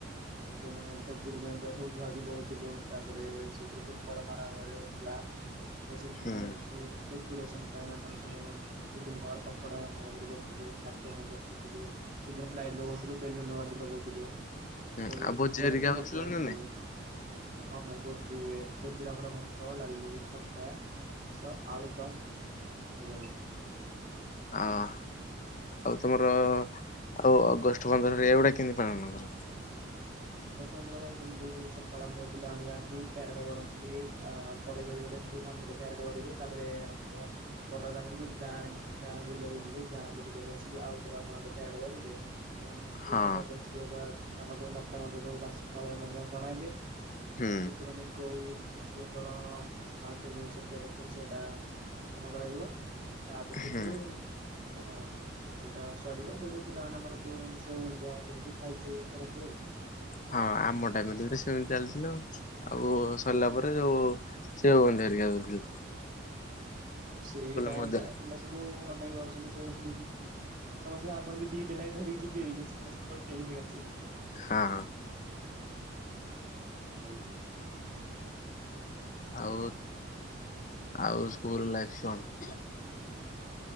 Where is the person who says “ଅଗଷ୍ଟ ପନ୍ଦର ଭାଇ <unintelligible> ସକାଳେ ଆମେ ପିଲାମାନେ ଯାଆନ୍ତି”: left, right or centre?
Right